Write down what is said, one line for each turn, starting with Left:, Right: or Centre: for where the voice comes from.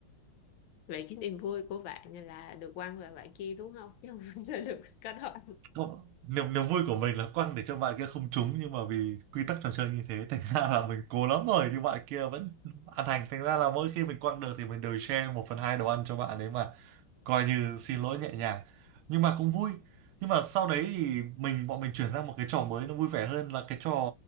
Left: vậy cái niềm vui của bạn là được quăng vào bạn kia đúng không chứ không phải là được có thôi
Right: Không, niềm niềm vui của mình là quăng để cho bạn kia không trúng nhưng mà vì quy tắc trò chơi như thế thành ra là mình cố lắm rồi nhưng bạn kia vẫn ăn hành thành ra là mỗi khi mình quăng được thì mình đều share một phần hai đồ ăn cho bạn ấy mà coi như xin lỗi nhẹ nhàng nhưng mà cũng vui nhưng mà sau đấy thì mình bọn mình chuyển sang một cái trò mới nó vui vẻ hơn là cái trò